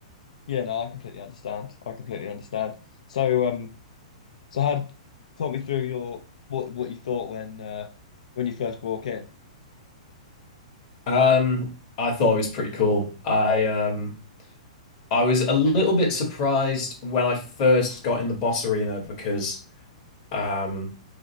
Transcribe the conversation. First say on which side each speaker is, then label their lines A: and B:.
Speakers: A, on the left (about 75°); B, on the left (about 30°).
A: Yeah, no, I completely understand. I completely understand. So, um, so had talk me through your what what you thought when uh when you first walk in.
B: Um, I thought it was pretty cool. I um, I was a little bit surprised when I first got in the boss arena because um,